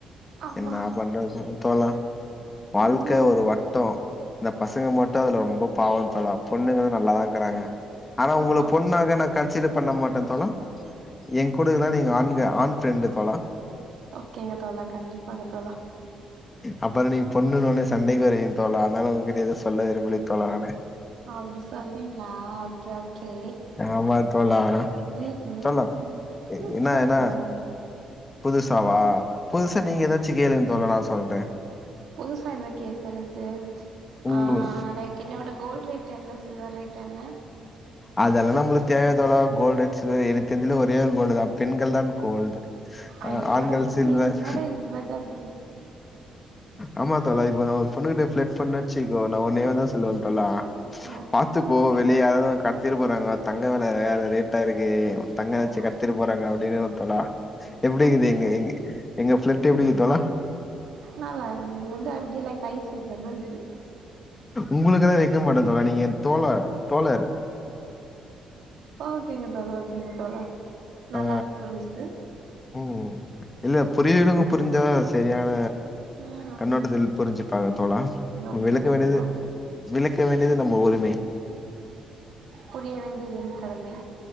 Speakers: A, on the right (about 70°); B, on the left (about 25°).
A: அம்மா
B: என்னா பண்றது சொல் தோழா வாழ்க்கே
A: ம்
B: ஒரு வட்டோ இந்த பசங்க மட்டு அதுல ரொம்ப பாவொ தோழா பொண்ணுங்க நல்லதா இக்குறாங்க ஆனா உங்களுக்
A: ஓ அப்
B: பொண்ணா <unintelligible> கன்சிடர் பண்ண மாட்டே தோழா ஏ கூட இர்ந்தா நீங்க ஆண்க ஆண் ஃப்ரெண்டு தோழா
A: ஓகேங்க தோழா கண்டிப்பாக தோழா
B: அப்பறோ நீங்கப் பொண்ணுனோனே சண்டைகு வருவீகந் தோழா அதனால உங்ககிட்ட எது சொல்ல விரும்பிளித் தோழா நானு
A: அப்டி சொல்றீங்ளா ஓகே ஓகே
B: ஏமாத் தோழா
A: ம் ம்
B: தோழா
A: ம்
B: என்ன
A: சொல்லுங்க
B: என்ன
A: சொல்லுங்க
B: புதுசாவா புதுசா நீங்க எதாச்சு கேளுங்க தோழா நா சொல்ற
A: புதுசா என்ன கேக்கறது
B: உங்களு
A: ஆ லைக் இன்னயோட கோல் ரேட் என்ன சொ சில்வர் ரேட்டென்ன
B: அதெல்லா நம்மளுக் தேவையா தோழா கோல்டு ரெட் சில்வரு எனக் தெஞ்சல்லா ஒரே ஒரு கோல்டுதா பெண்கள் தான் கோல்ட் அ
A: ஐயோடா
B: ஆண்கள்
A: இது
B: சில்வர்
A: என்னடா இவ்ளோதா இருக்கே
B: ஆமா தோழா இப்போ நா பொண்ணு கிட்ட ஃப்லர்ட் பண்ண வெச்சிக்கோ நா ஒன்னே ஒன்னுதா சொல்லுவ தோழா
A: ஓஹோ
B: பாத்துப்போ வெளிய யாரது உன்ன கடத் கட்த்திட்டு போறாங்க தங்க வெல வேற ரேட்டா இருக்கு தங்கனாச்சு
A: ஓஹோ
B: கட்த்திட்டு போறாங்க அப்டின்னு தோழா எப்டி
A: அப்டின்னு
B: இக்குது எங்க எ எங்க ஃபிளட்டு எப்டி இக்கு தோழா
A: நாலா இது வந்து அப்டிய எல்லா ஐஸ் வக்கிற மாரி இருக்கு
B: உங்களுக்குதா வெக்க மாட்டே தோழா நீங்க தோழ தோழர்
A: அ ஓகேங்க தோழா ஓகேங்க தோழா நல்லாவே
B: ஆ
A: புருஞ்சுது
B: ம் இல்லப் புரியவெருங்க புரிஞ்சா செரியான
A: ம்
B: கண்ணோட்டத்தில் புருஞ்சுப்பாங்க தோழா
A: ஓகேங்க
B: விளக்க வேண்டியது
A: தோழா
B: விளக்க வேண்டியது நம்ப உரிமை
A: புரிய வேண்டியதின் கடமை